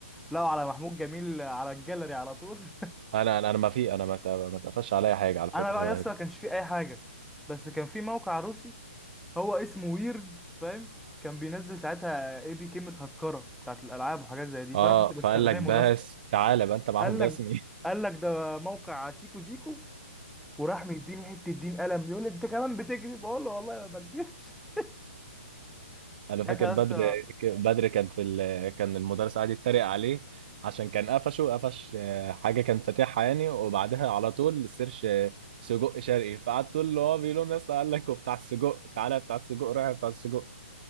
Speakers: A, in the centre; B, on the right (about 45°).
A: لقوا على محمود جميل على الجاليري على طول <laughs>
B: انا انا أنا ما في انا ما ت- ما اتقفش عليا حاجه على فكره
A: انا بقى يا اسطى ما كانش فيه اي حاجه بس كان في موقع روسي هو اسمه ويرد فاهم كان بينزل ساعتها اي بي كي متهكره بتاعت الالعاب وحاجات زي دي
B: اه
A: فانا كنت بستخدمه
B: فقال لك بس
A: يا اسطى
B: تعالى بقى انت معاهم
A: قال
B: رسمي
A: لك قال لك ده موقع سيكو سيكو وراح مديني حته دين قلم يقول لي انت كمان بتكذب بقول له والله ما بكذبش <laughs>
B: انا فاكر
A: ساعتها يا
B: بدر
A: اسطى
B: بدر كان في ال... كان المدرس قاعد يتريق عليه عشان كان قفشه قفش آه، حاجه كان فاتحها يعني وبعدها على طول السيرش آه، سجق شرقي فقعد تقول له هو بيقول لهم يا اسطى قال لك وبتاع السجق تعالى بتاع السجق روح بتاع السجق